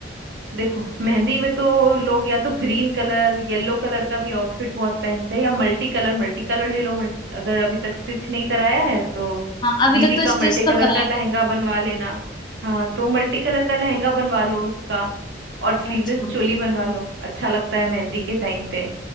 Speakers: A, on the right (about 60°); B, on the left (about 25°).
A: देखो मेहंदी में तो लोग या तो ग्रीन कलर येलो कलर का भी आउटफिट बहुत पहनते हैं या मल्टी कलर मल्टी कलर ले लो मल्ट- अगर अभी तक स्टिच नहीं कराया है तो
B: हाँ अभी
A: दीदी
B: तक तो
A: का
B: स्टिच
A: मल्टी कलर
B: तो कराया
A: का लहंगा
B: नहीं
A: बनवा लेना हाँ तो मल्टी कलर का लहंगा बनवा लो उसका और स्लीवलेस
B: अच्छा
A: चोली बनवा लो अच्छा लगता है मेहंदी के टाइम पे